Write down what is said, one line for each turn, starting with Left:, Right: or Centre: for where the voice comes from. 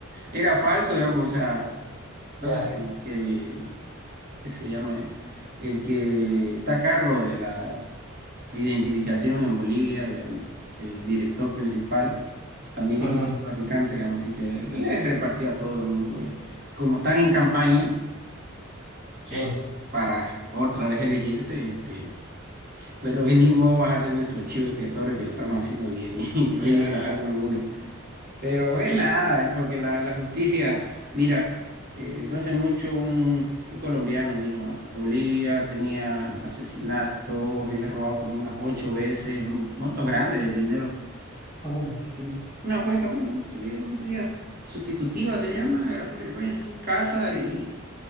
Right: Era falso, digamos, o sea, pasa
Centre: ya,
Right: que, el- que el, que se llama, el que está a cargo de la identificación en Bolivia, digamos, el director principal, también
Centre: ujú,
Right: es un traficante, digamos, así que le repartió a todo el mundo y como están en campaña
Centre: sí,
Right: para otra vez elegirse, este, pero vení
Centre: es,
Right: <laughs> vos vas a ser nuestro chivo expiatorio que lo estamos haciendo bien <laughs> y
Centre: ya,
Right: hoy día agarraron a uno. Pero
Centre: sí.
Right: es nada, eh, porque la, la justicia, mira, eh, no hace mucho un, un colombiano vino a Bolivia, tenía asesinatos, había robado como unas ocho veces, mon- montos grandes de dinero.
Centre: ujú.
Right: Y Una jueza, bueno, tú le dio medidas sustitutiva se llama, agarró y vaya a su casa y